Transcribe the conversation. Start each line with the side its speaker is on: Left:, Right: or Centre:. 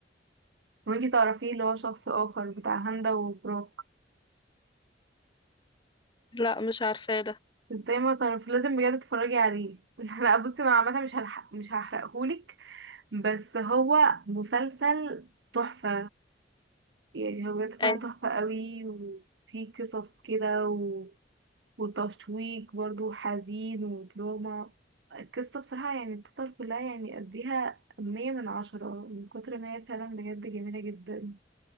Right: وانتي تعرفيه اللي هو شخص آخر بتاع هندة وبروك
Left: لا مش عارفه ده
Right: ازاي ما تعرف لازم بجد تتفرجي عليه <laughs> لا بصي انا عامة مش هلحق مش هحرقهولك بس هو مسلسل تحفة يعني هو بجد فعلا
Left: أيوة.
Right: تحفة قوي وفيه قصص كده و... وتشويق برضو حزين ودراما القصة بصراحة يعني التوتال كلها يعني أديها مية من عشرة من كتر ما هي فعلا بجد جميلة جدا